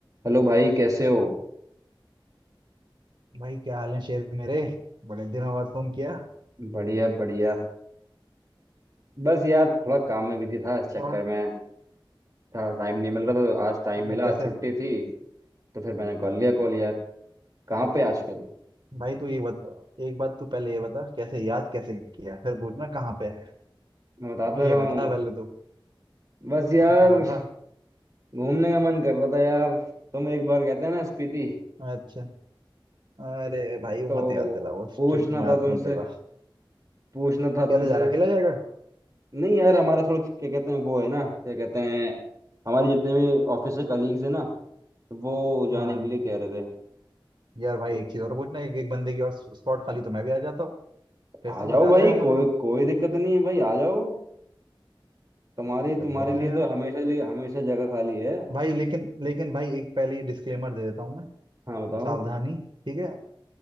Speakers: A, on the right (about 40°); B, on the right (about 60°).
A: Hello भाई कैसे हो
B: भाई क्या हाल है शेर मेरे बड़े दिनों बाद फोन किया
A: बढ़िया बढ़िया बस यार थोड़ा काम में बिजी था इस चक्कर
B: और
A: में थोड़ा टाइम नहीं मिल रहा था तो आज टाइम मिला
B: और कैसे
A: आज छुट्टी थी तो फिर मैंने कॉल लिया कॉल यार कहाँ पे आजकल
B: भाई तू ये बता एक बात तू पहले ये बता कैसे याद कैसे किया फिर पूछना कहाँ पे है
A: मैं बताता
B: ये
A: रहा हूँ
B: बता पहले तू
A: बस यार
B: बता
A: घूमने का मन कर रहा था यार तुम एक बार कहते हैं ना स्पीति
B: अच्छा अरे
A: इस-
B: भाई वो
A: तो
B: मत याद दिला वो
A: पूछना
B: ट्रिप मत
A: था तुमसे
B: मत दिला
A: पूछना था
B: कैसे
A: तुमसे
B: जा रहा अकेला जाएगा
A: नहीं यार हमारा थोड़ा क्या कहते हैं वो है ना क्या कहते हैं हमारे जितने भी ऑफिस के कलीग्स है ना तो वो जाने
B: हाँ
A: के लिए कह रहे थे
B: यार भाई
A: तो
B: एक चीज और पूछना एक एक बंदे की और स्पॉट खाली तो मैं भी आ जाता हूँ फिर
A: आ
B: से
A: जाओ
B: मजा
A: भाई
B: आ जाएगा
A: कोई
B: मुझे
A: कोई दिक्कत नहीं है भाई आ जाओ तुम्हारी
B: चल
A: तुम्हारे
B: लेते
A: लिए
B: हैं
A: तो
B: यार
A: हमेशा लिए हमेशा जगह खाली है
B: भाई लेकिन लेकिन भाई एक पहले डिस्क्लेमर दे देता हूँ मैं
A: हाँ बताओ
B: सावधानी ठीक है